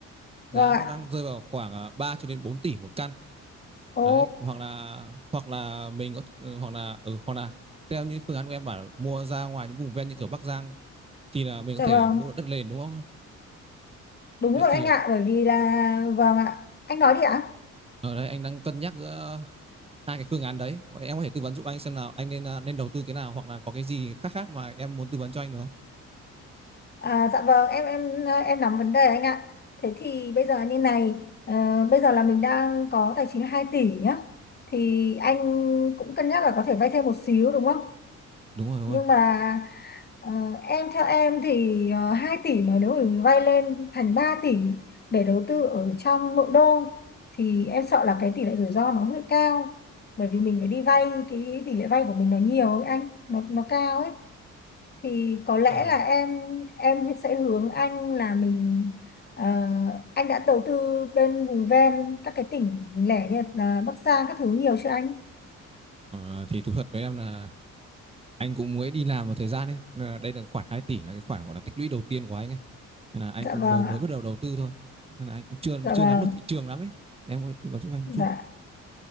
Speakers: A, on the right; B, on the left.
A: giá
B: vâng ạ.
A: nó đang rơi vào khoảng à, ba cho đến 4 tỷ một căn
B: Ồ,
A: đấy hoặc là hoặc là mình có ừ, hoặc là ở ừ, hoặc là theo như phương án của em bảo mua ra ngoài những vùng ven như kiểu Bắc Giang thì là mình
B: dạ
A: có thể
B: vâng,
A: mua được đất nền đúng không
B: đúng
A: đấy
B: rồi
A: thì
B: anh ạ, bởi vì là vâng ạ, anh nói đi ạ.
A: ở đây anh đang cân nhắc giữa hai cái phương án đấy em có thể tư vấn giúp anh xem nào anh nên à, nên đầu tư cái nào hoặc là có cái gì khác khác mà em muốn tư vấn cho anh được không
B: À, dạ vâng, em em em nắm vấn đề anh ạ. Thế thì bây giờ như này, ờ, bây giờ là mình đang có tài chính là 2 tỷ nhá. Thì anh cũng cân nhắc là có thể vay thêm một xíu đúng không?
A: đúng rồi đúng
B: nhưng
A: rồi
B: mà ờ, em theo em thì ờ, 2 tỷ mà nếu mình vay lên thành 3 tỷ để đầu tư ở trong nội đô thì em sợ là cái tỷ lệ rủi ro nó hơi cao bởi vì mình phải đi vay cái tỷ lệ vay của mình nó nhiều ấy anh nó nó cao ấy thì có lẽ
A: à?
B: là em em sẽ hướng anh là mình ờ, anh đã đầu tư bên vùng ven các cái tỉnh lẻ như là Bắc Giang các thứ nhiều chưa anh
A: ờ, thì thú thật với em là anh cũng mới đi làm một thời gian ấy Nên là đây là khoản 2 tỷ là cái khoản gọi là tích lũy đầu tiên của anh ấy nên là anh
B: dạ
A: cũng
B: vâng
A: mới mới
B: ạ
A: bắt đầu đầu tư thôi nên là anh cũng chưa
B: dạ
A: chưa
B: vâng
A: nắm được thị trường lắm ấy em có tư vấn giúp anh một chút
B: dạ